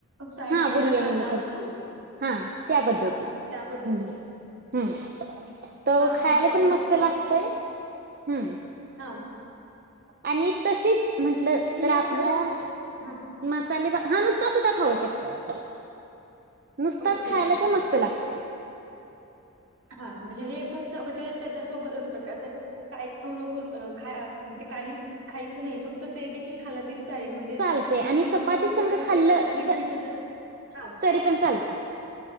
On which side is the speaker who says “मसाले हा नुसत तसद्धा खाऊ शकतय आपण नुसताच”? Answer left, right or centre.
Right